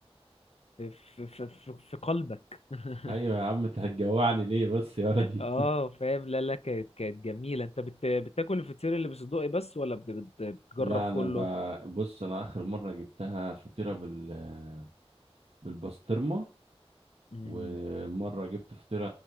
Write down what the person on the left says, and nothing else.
في, في, في, في, في قلبك <laughs>
اه فاهم لا لا كانت كانت جميلة انت بت بتاكل الفطير اللي بصدقي بس ولا بت بت بتجرب
كله
امم